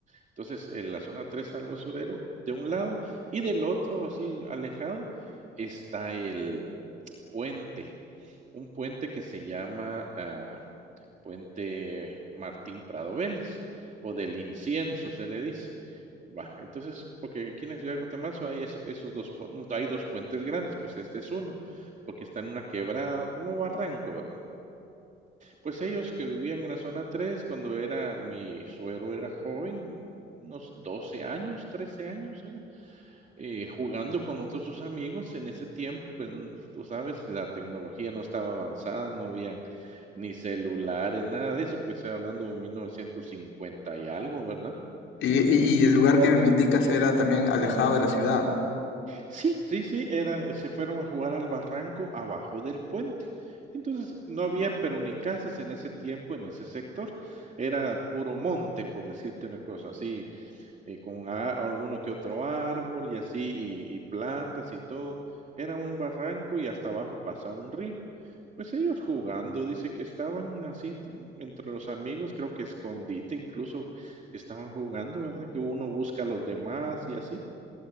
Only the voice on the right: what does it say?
entonces, en la zona 3 está el basurero de un lado y del otro, así alejado, está el puente, un puente que se llama, ah, Puente Martín Prado Vélez, o del incienso se le dice. Va, entonces, porque aquí en la ciudad de Guatemala hay eso- esos dos, hay dos puentes grandes, pues este es uno, porque está en una quebrada, como barranco, ¿verdad? Pues ellos que vivían en la zona 3 cuando era mi suegro era joven, unos 12 años, 13 años era, eh, jugando con otros sus amigos en ese tiempo, pues tú sabes, la tecnología no estaba avanzada, no habían ni celulares, nada de eso, porque estoy hablando de 1950 y algo, ¿verdad?
Sí, sí, sí, eran, se fueron a jugar al barranco abajo del puente. Entonces, no habían, pero ni casas en ese tiempo, en ese sector. Era puro monte, por decirte una cosa así, eh, con a- alguno que otro árbol y así, y, y plantas y todo. Era un barranco y hasta abajo pasa un río. Pues ellos jugando, dice que estaban así t- mm, entre los amigos, creo que escondite incluso estaban jugando, ¿verdad? Que uno busca a los demás y así.